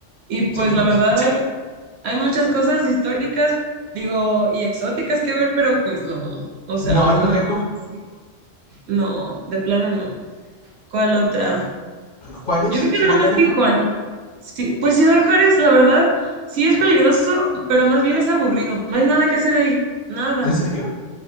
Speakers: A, on the right (about 65°); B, on the left (about 55°).
A: Y pues
B: Sí,
A: la
B: lo
A: verdad
B: sé.
A: hay Hay muchas cosas históricas, digo, y exóticas que ver, pero pues no. O sea,
B: ¿No
A: alguna,
B: vale el riesgo?
A: sí, no, de plano no. ¿Cuál otra?
B: Juárez,
A: Yo creo que
B: Ciudad
A: nada
B: Juárez,
A: más Tijuana.
B: ¿no?
A: Sí, pues Ciudad Juárez, la verdad, sí es peligroso, pero más bien es aburrido. No hay nada que hacer ahí, nada.
B: ¿En serio?